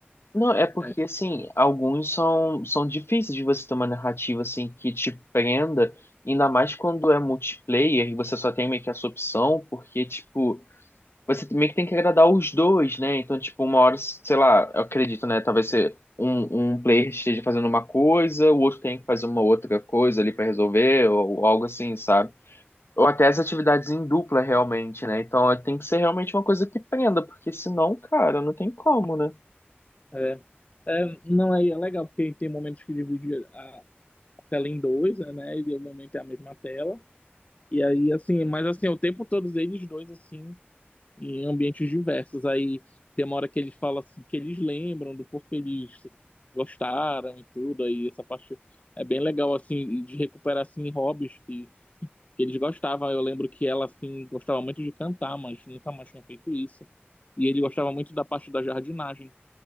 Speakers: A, on the left (about 75°); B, on the left (about 35°).
A: Não, é porque,
B: É,
A: assim, alguns são, são difíceis de você ter uma narrativa, assim, que te prenda, ainda mais quando é multiplayer e você só tem meio que essa opção, porque, tipo, você meio que tem que agradar os dois, né? Então, tipo, uma hora, sei lá, eu acredito, né? Talvez você, um, um player esteja fazendo uma coisa, o outro tem que fazer uma outra coisa ali pra resolver, ou, ou algo assim, sabe? Ou até as atividades em dupla, realmente, né? Então, tem que ser realmente uma coisa que prenda, porque senão, cara, não tem como, né?
B: é, é, não aí é legal porque tem momentos que divide a, a tela em dois, né? E o momento é a mesma tela. E aí assim, mas assim, o tempo todos eles dois assim em ambientes diversos. Aí tem uma hora que eles falam assim, que eles lembram do porquê eles gostaram e tudo. Aí essa parte é bem legal, assim, de recuperar, assim, hobbies que, que eles gostavam. Eu lembro que ela, assim, gostava muito de cantar, mas nunca mais tinha feito isso. E ele gostava muito da parte da jardinagem.